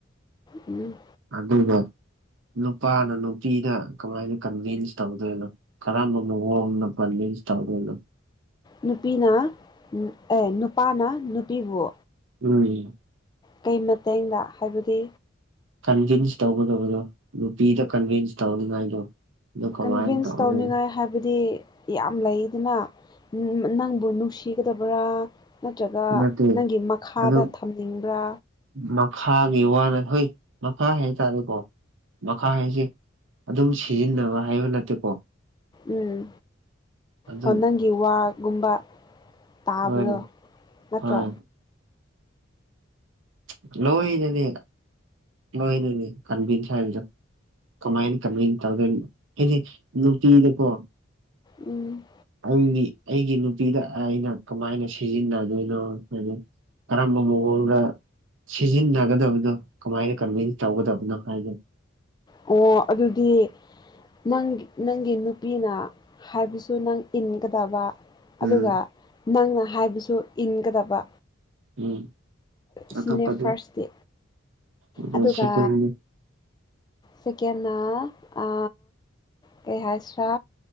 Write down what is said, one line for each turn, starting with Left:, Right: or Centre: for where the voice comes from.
Left: ꯎꯝ
Right: ꯑꯗꯨꯒ ꯅꯨꯄꯥꯅ ꯅꯨꯄꯤꯗ ꯀꯃꯥꯏꯅ ꯀꯟꯚꯤꯟꯁ ꯇꯧꯗꯣꯏꯅꯣ ꯀꯔꯝꯕ ꯃꯑꯣꯡꯗ ꯀꯟꯕꯤꯟꯁ ꯇꯧꯗꯣꯏꯅꯣ
Left: ꯅꯨꯄꯤꯅ ꯑꯦ ꯅꯨꯄꯥꯅ ꯅꯨꯄꯤꯕꯨ
Right: ꯎꯝ
Left: ꯀꯩ ꯃꯇꯦꯡꯗ ꯍꯥꯏꯕꯗꯤ
Right: ꯀꯟꯚꯤꯟꯁ ꯇꯧꯒꯗꯕꯗꯣ ꯅꯨꯄꯤꯗ ꯀꯟꯚꯤꯟꯁ ꯇꯧꯅꯤꯉꯥꯏꯗꯣ ꯑꯗꯨ ꯀꯃꯥꯏꯅ
Left: ꯀꯟꯚꯤꯟꯁ
Right: ꯇꯧꯅꯤ
Left: ꯇꯧꯅꯤꯡꯉꯥꯏ ꯍꯥꯏꯕꯗꯤ ꯌꯥꯝ ꯂꯩꯗꯅ ꯅꯪꯕꯨ ꯅꯨꯡꯁꯤꯒꯗꯕ꯭ꯔꯥ ꯅꯠꯇ꯭ꯔꯒ
Right: ꯅꯠꯇꯦ
Left: ꯅꯪꯒꯤ ꯃꯈꯥꯗ
Right: ꯑꯗꯨ
Left: ꯊꯝꯅꯤꯡꯕ꯭ꯔꯥ
Right: ꯃꯈꯥꯒꯤ ꯋꯥꯅ ꯍꯣꯏ ꯃꯈꯥ ꯍꯥꯏꯇꯥꯔꯦꯀꯣ ꯃꯈꯥ ꯍꯥꯏꯁꯦ ꯑꯗꯨꯝ ꯁꯤꯖꯤꯟꯅꯕ ꯍꯥꯏꯕ ꯅꯠꯇꯦꯀꯣ
Left: ꯎꯝ
Right: ꯑꯗꯨ
Left: ꯑꯣ ꯅꯪꯒꯤ ꯋꯥꯒꯨꯝꯕ ꯇꯥꯕꯗꯣ
Right: ꯍꯣꯏ
Left: ꯅꯠꯇ꯭ꯔꯣ
Right: ꯍꯣꯏ <unintelligible> ꯀꯟꯕꯤꯟꯁ ꯍꯥꯏꯕꯗꯣ ꯀꯃꯥꯏ ꯀꯃꯦꯟ ꯇꯧꯗꯣꯏꯅꯣ ꯍꯥꯏꯗꯤ ꯅꯨꯄꯤꯗꯀꯣ
Left: ꯎꯝ
Right: ꯑꯩꯒꯤ ꯑꯩꯒꯤ ꯅꯨꯄꯤꯗ ꯑꯩꯅ ꯀꯃꯥꯏꯅ ꯁꯤꯖꯤꯟꯅꯗꯣꯏꯅꯣ ꯍꯥꯏꯕ ꯀꯔꯝꯕ ꯃꯑꯣꯡꯗ ꯁꯤꯖꯤꯟꯅꯒꯗꯕꯗꯣ ꯀꯃꯥꯏꯅ ꯀꯟꯚꯤꯟꯁ ꯇꯧꯒꯗꯕꯅꯣ ꯍꯥꯏꯗꯨ
Left: ꯑꯣ ꯑꯗꯨꯗꯤ ꯅꯪ ꯅꯪꯒꯤ ꯅꯨꯄꯤꯅ ꯍꯥꯏꯕꯁꯨ ꯅꯪ ꯏꯟꯒꯗꯕ
Right: ꯎꯝ
Left: ꯑꯗꯨꯒ ꯅꯪꯅ ꯍꯥꯏꯕꯁꯨ ꯏꯟꯒꯗꯕ
Right: ꯎꯝ
Left: ꯁꯤꯅꯦ
Right: ꯑꯇꯣꯞꯄꯗꯤ
Left: ꯐꯥꯔꯁꯇꯤ
Right: ꯑꯗꯨ
Left: ꯑꯗꯨꯒ
Right: ꯁꯦꯀꯦꯟꯗꯤ
Left: ꯁꯦꯀꯦꯟꯅ ꯑ ꯀꯩꯍꯥꯏꯁꯤꯔꯥ꯫